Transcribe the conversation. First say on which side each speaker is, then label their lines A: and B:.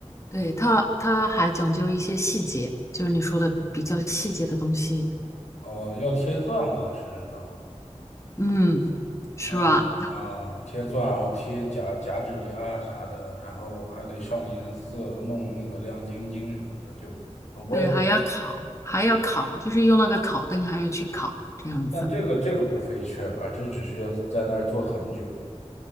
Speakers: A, on the left; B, on the left.
A: 对，他他还讲究一些细节，就是你说的比较细节的东西，
B: 哦，要贴钻我倒是知道，
A: 嗯，是吧？
B: 还有啊贴钻，然后贴假假指甲啥的，然后还得上颜色，弄那个亮晶晶什么的，就呃我也不太懂，
A: 对，还要烤，还要烤，就是用那个烤灯，还要去烤这样子。
B: 但这个这个不费事儿吧，这只是要在那儿坐很久，